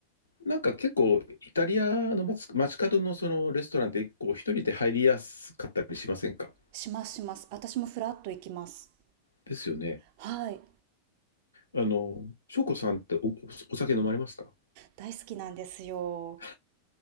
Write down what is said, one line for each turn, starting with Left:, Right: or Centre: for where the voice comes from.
Left: なんか結構、イタリアの街、街角のそのレストランって、こう、一人で入りやすかったりしませんか
Right: しますします。私もフラッと行きます。
Left: ですよね。
Right: はい。
Left: あの、翔子さんってお、おお酒飲まれますか
Right: 大好きなんですよ。
Left: <laughs>